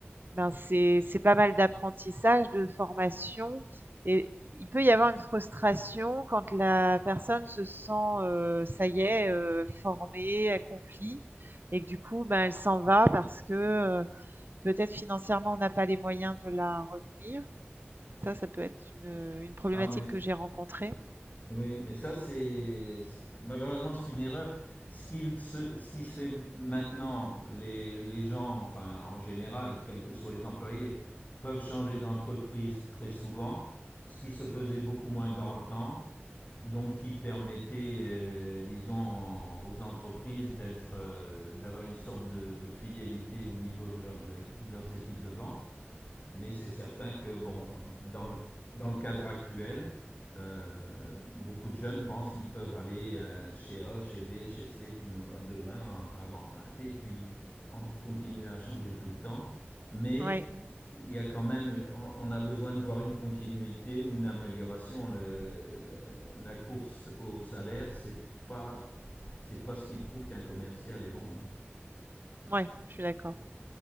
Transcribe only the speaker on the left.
Ah mais
Oui, mais ça, c'est malheureusement, c'est une erreur. Ce, qu'il se, ce qui se fait maintenant, les, les gens, enfin en général, quels que soient les employés, peuvent changer d'entreprise très souvent, ce qui se faisait beaucoup moins dans le temps, donc qui permettait, euh, disons, aux entreprises d'être, euh, d'avoir une sorte de, de, fidélité au niveau de, leur, de leurs équipes de vente. Mais c'est certain que, bon, dans, dans le cadre actuel, euh, beaucoup de jeunes pensent qu'ils peuvent aller euh, chez A, chez B, chez C tout demain, euh, avant, hein, <laughs> et puis en- continuer à changer tout le temps. Mais
il y a quand même, on, on a besoin de voir une continuité ou une amélioration. Le- le- la course au salaire, c'est pas, c'est pas ce qui prouve qu'un commercial est bon. hein.